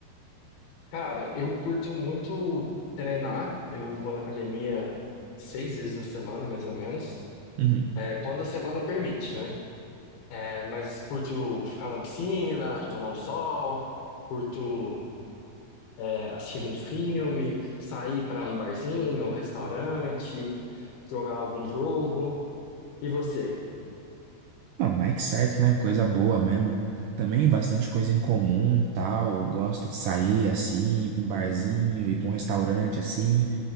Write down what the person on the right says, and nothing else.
Uhum.
Ah, mas é que certo, né? Coisa boa mesmo. Também bastante coisa em comum, tal. Eu gosto de sair assim, ir pra um barzinho, ir pra um restaurante assim.